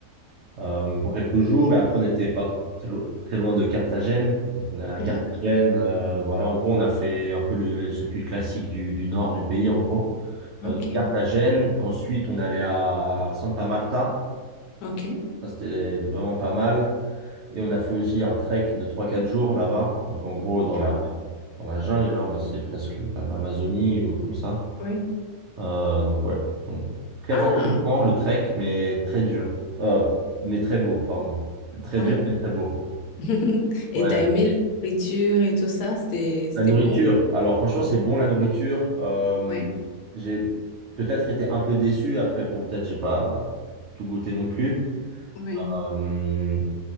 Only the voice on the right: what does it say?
euh, pour quelques jours. Et après, on n'était pas très lo- très loin de Carthagène. Donc on est allé à
Carthagène. euh, voilà, en gros, on a fait un peu le, le circuit classique du, du nord du pays, en gros.
Euh, donc Carthagène. Ensuite, on est allé à Santa Marta.
Ça, c'était vraiment pas mal. Et on a fait aussi un trek de trois quatre jours là-bas. Donc en gros, dans
la dans la jungle, hein, bah, c'est presque l'Amazonie ou comme ça.
Euh, donc ouais, Donc, très
fatigant le trek, mais très dur, Euh, mais très beau, pardon. Très
dur, mais très beau.
Ouais.
La nourriture.
Alors franchement, c'est bon la nourriture. Euh,
j'ai peut-être été un peu déçu. Après, bon, peut-être j'ai pas tout goûté non plus.
Euh,